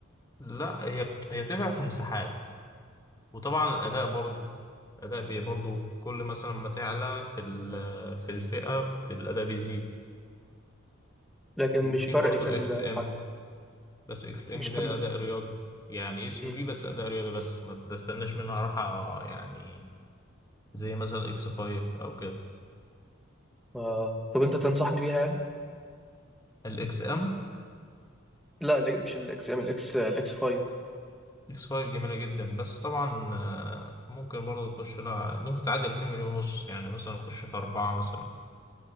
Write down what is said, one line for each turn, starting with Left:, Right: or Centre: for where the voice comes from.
Left: لا هي هي بتفرق في المساحات وطبعا الاداء برضه الاداء بي برضه كل مثلا ما تعلى في ال- في الفئة الاداء بيزيد
Centre: لكن
Left: وفي
Centre: مش فرق
Left: برضه
Centre: في الحركه
Left: اكس ام بس اكس ام
Centre: مش
Left: ده
Centre: حم...
Left: اداء رياضي يعني اس يو
Centre: مم.
Left: في بس اداء رياضي بس ما تستناش منها راحة يعني زي مثلا اكس 5 او كده
Centre: آه. طب انت تنصحني بيها يعني
Left: الاكس ام
Centre: لا ال- مش الاكس ام الاكس الاكس 5
Left: اكس 5 جميله جدا بس طبعا آه، ممكن برضه تخش لها ممكن تعدي 2 مليون ونص يعني مثلا تخش في اربعه مثلا